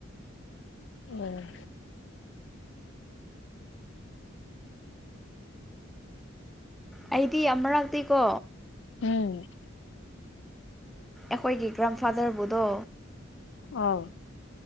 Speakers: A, on the left; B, in the centre.
A: ꯑꫭ꯫
B: ꯑꯩꯗꯤ ꯑꯃꯔꯛꯇꯦꯀꯣ
A: ꯎꯝ꯫
B: ꯑꯩꯈꯣꯏꯒꯤ ꯒ꯭ꯔꯥꯟꯐꯥꯗꯔꯕꯨꯗꯣ
A: ꯑꯧ꯫